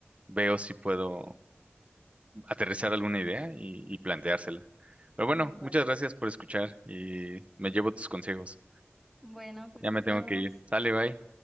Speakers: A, on the right; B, in the centre.
A: veo si puedo aterrizar alguna idea y, y planteársela. Pero bueno,
B: Vale.
A: muchas gracias por escuchar y me llevo tus consejos.
B: Bueno, pues
A: Ya me
B: nos
A: tengo
B: vemos.
A: que ir. Sale, bye.